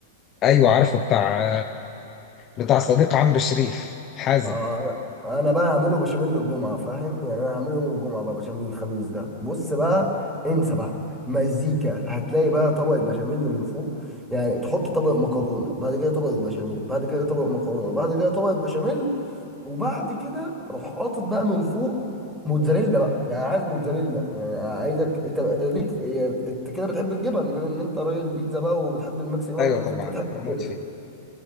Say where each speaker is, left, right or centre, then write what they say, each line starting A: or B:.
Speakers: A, on the left; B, in the centre.
A: ايوه عارفه بتاع بتاع صديق عمرو شريف حازم
B: آه انا بقى هعمله بشاميل الجمعه فاهم يعني انا هعمله يوم الجمعه بقى بشاميل الخميس ده بص بقى انسى بقى مزيكا هتلاقي بقى طبقه بشاميل من فوق يعني تحط طبق مكرونه بعد كده طبقه بشاميل بعد كده طبق مكرونه بعد كده طبقه بشاميل وبعد كده روح حاطط بقى من فوق موتزاريلا بقى يعني عايز موتزاريلا يعني عايزك انت ليك في- يعني انت كده بتحب الجبن بما ان انت راجل بيتزا بقى وبتحب الميكس جبن
A: ايوه
B: مش عارف
A: طبعا
B: إيه، انت بتحب
A: بموت
B: الجبن
A: فيه